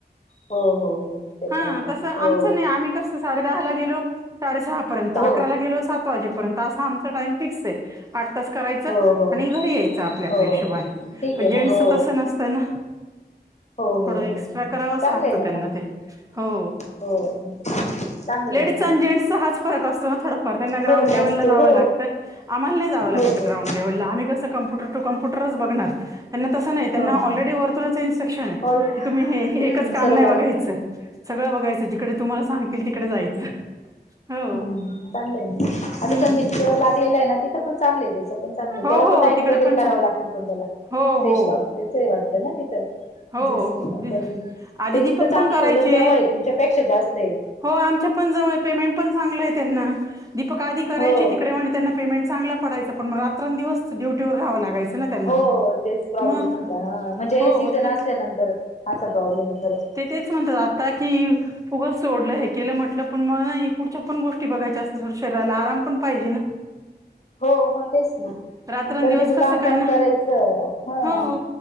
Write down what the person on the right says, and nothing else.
हा, तस आमचं
नाही आम्ही कसं. साडे दहा ला गेलो साडेसहापर्यंत, अकराला
गेलो सात वाजेपर्यंत, असा आमचा टाइम फिक्स आहे. आठ तास करायचं
आणि घरी यायचं, आपल्या
आपल्या हिशोबाने
पण
जेन्स
तसं नसतं. पण,
थोडं एक्स्ट्रा
करावच,
लागतं
त्यांना
ते हो.
लेडीस
चा अन,
जेंटस चा हाच फरक असतो. थोडंफार त्यांना ग्रांड
लेव्हला
जावं
लागतं, आम्हाला नाही जावं लागत
ग्रांउंड आम्ही कसं कम्पुटर टू कम्प्युटर बघणार त्यांना तसं नाही त्यांना
ऑलरेडी वरतूनच इन्स्ट्रक्शन आहे,
की तुम्ही हे
एकच काम
नाही बघायचं. सगळं बघायचं जिकडे, तुम्हाला सांगतील तिकडे जायचं. हो
हम्म
हो
हो
तिकडे
पण
चाल.
हो
हो
हो
आधी
दीपक
पण करायचे
हो आमच्या पण जवळ पेमेंट पण चांगलं आहे, त्यांना दीपक आधी करायचे
तिकडे म्हणे त्यांना. पेमेंट चांगला पडायंच पण, रात्र दिवस ड्युटीवर रहावं लागायचं ना त्यांना
मग
हो
ते तेच म्हणतात आता की उगच सोडलं हे केलं म्हटलं पण म पुढच्या पण गोष्टी बघाच्या असत्यात, थोडं शरीराला आराम पण पाहिजे ना.
रात्रंदिवस
कसं
काय ना
हो